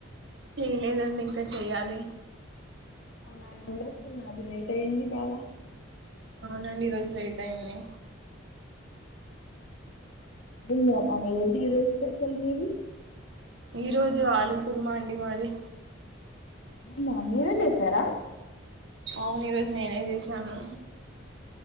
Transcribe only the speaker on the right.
చేయలేదండి ఇంకా చెయ్యాలి
అవునండి ఈ రోజు లేట్ అయింది
ఈ రోజు ఆలు కుర్మా అండి మాది
అవును ఈరోజ నేనేచేసి నను